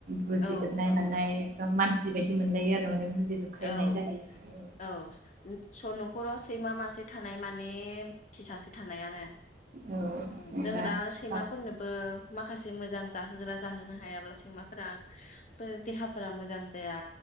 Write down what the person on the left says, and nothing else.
औ औ
औ
औ स न'खराव सैमा मासे थानाय माने मिथि सासे थानायानो
ओं
जोङो दा सैमाफोरनोबो
माखासे मोजां जाहोग्रा जाहोनो हायाब्ला सैमाफोरा देहाफोरा मोजां जाया